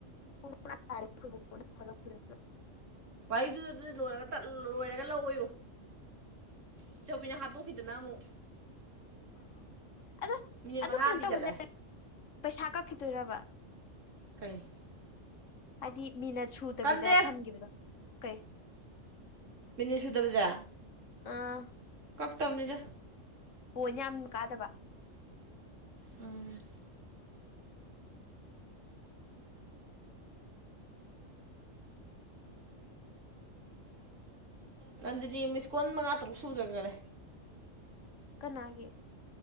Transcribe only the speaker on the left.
<unintelligible>
ꯑꯗꯣ
ꯑꯗꯨ
ꯀꯩꯅꯣ ꯇꯧꯕꯁꯦ
ꯄꯩꯁꯥ ꯀꯛꯈꯤꯗꯣꯏꯔꯕ
ꯍꯥꯏꯗꯤ ꯃꯤꯅ ꯁꯨꯗꯕꯤꯗ
ꯊꯝꯈꯤꯕꯗꯣ ꯀꯩ
ꯑꯥ
ꯄꯣꯏꯟ ꯌꯥꯝ ꯀꯥꯗꯕ
ꯀꯅꯥꯒꯤ